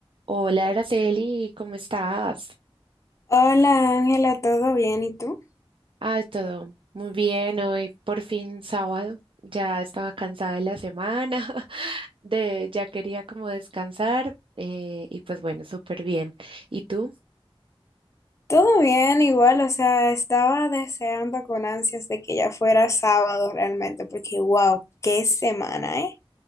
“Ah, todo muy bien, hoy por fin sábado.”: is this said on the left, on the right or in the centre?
Right